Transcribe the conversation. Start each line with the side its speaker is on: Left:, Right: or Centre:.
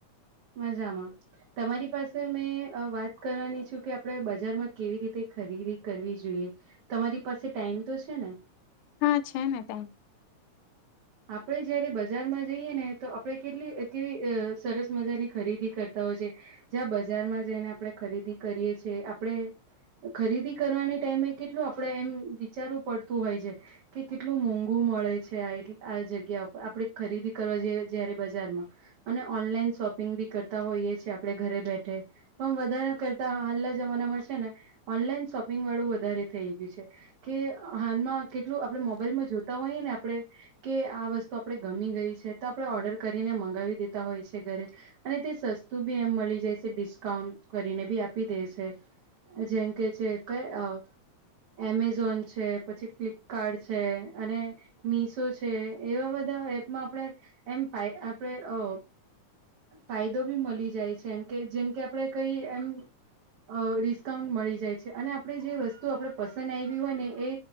Right: મજામાં. તમારી પાસે મેં વાત કરવાની છું કે, આપડે બજારમાં કેવી રીતે ખરીદી કરવી જોઈએ? તમારી પાસે ટાઈમ તો છે ને?
Left: હા છે ને ટાઈમ.
Right: આપડે જયારે બજારમાં જઈએ ને તો આપડ કેટલી એવી સરસ મજાની ખરીદી કરતા હોય છે જ્યાં બજારમાં જઈને આપણે ખરીદી કરીએ છીએ આપણે ખરીદી કરવાની ટાઈમે કેટલું આપડે એમ વિચારવું પડતું હોય છે. કે કેટલું મોંઘુ મળે છે આ. આ જગ્યા ઉપર આપણેે ખરીદી કરવા જઈએ જયારે બજારમાં અને ઓનલાઈન શોપિંગ બી કરતા હોઈએ છેએ આપડણે ઘરે બેઠે પણ વધારે કરતા હાલના જમાનામાં છે ને ઓનલાઈન શોપિંગ વાળું વધારે થઈ ગયું છે. કે હાલમાં કેટલું આપડે મોબાઈલમાં જોતા હોઈએ ને આપડે. કે આ વસ્તુ આપણે ગમી ગઈ છે તો આપણે ઓર્ડર કરીને મગાવી દેતા હોય છે ઘરે. અને તે સસ્તું બી એમ મળી જાય છે ડિસ્કાઉન્ટ કરીને બી આપી દે છે. જેંમ કે છે કઈ અ. એમેઝોન છે પછી ફ્લિપકાર્ટ છે અને મીશો છે એવા બધા એપમાં આપણે એમ ફાઈડા આપડણે અ. ફાયદો બી મળી જાય છે એમ કે જેમ કે આપડે કઈ એમ. અ ડિસ્કાઉન્ટ મળી જાય છે અને આપણે જે વસ્તુ આપણે પસંદ આવી હોય ને એ.